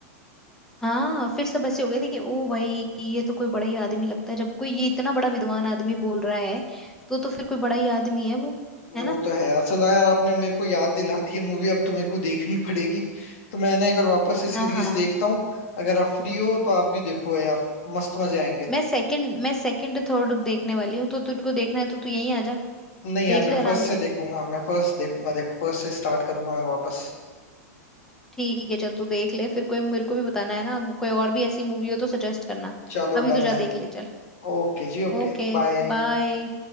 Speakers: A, in the centre; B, on the left (about 60°).
A: हाँ फिर सब ऐसे हो गए थे कि ओ भाई ये तो कोई बड़ा ही आदमी लगता है जब कोई ये इतना बड़ा विद्वान आदमी बोल रहा है तो तो फिर कोई बड़ा ही आदमी है वो
B: वो
A: है ना
B: तो है यार चलो यार आपने मेरे को याद दिला दी है मूवी अब तो मेरे को देखनी पड़ेगी तो मैंने एक बार वापस से सीरीज
A: हाँ हाँ
B: देखता हूँ अगर आप फ्री हो तो आप भी देखो यार मस्त मजे आएंगे
A: मैं सेकंड मैं सेकंड थर्ड देखने वाली हूँ तो तेरे को देखना है तो तू यहीं आ जा
B: नहीं
A: देख
B: यार मैं
A: ले आराम
B: फर्स्ट से
A: से
B: देखूंगा मैं फर्स्ट देखूंगा देखो फर्स्ट से स्टार्ट करूंगा मैं वापस
A: ठीक है चल तू देख ले फिर कोई मेरे को भी बताना है ना अब कोई और भी ऐसी मूवी हो तो सजेस्ट करना
B: चलो
A: अभी
B: डन
A: तो
B: है
A: जा देख ले चल
B: ओके जी ओके
A: Okay
B: बाय
A: bye